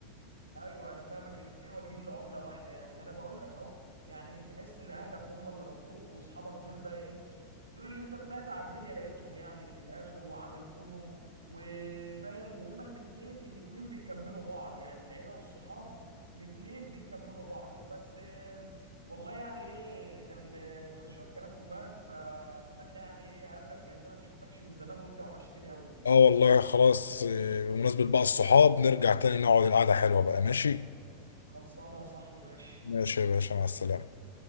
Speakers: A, on the right; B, on the left.
A: ايوه انا فاهمك الاتنين واجهين لعمله واحده يعني ما انا بقول لك اهو يعني تحس ان اهلك هم اللي ربوك واصحابك دول بقى ايه دول اللي انت طلعت على الدنيا لقيتهم يعني من الاخر وعملتهم وفاهم وهما الاتنين الاتنين بيكملوا بعض يعني العيله والصحاب الاتنين بيكملوا بعض بس آم، والله يعني ايه كان كان شويه كلام جمال فاتمنى يعني ايه اقابلك لان انا ما شفتكش من زمان وانت وحشتني قوي
B: اه والله خلاص آه، بمناسبه بقى الصحاب نرجع تاني نقعد القعده حلوه بقى ماشي
A: خلصانه يا صاحبي ماشي
B: ماشي يا باشا مع السلامه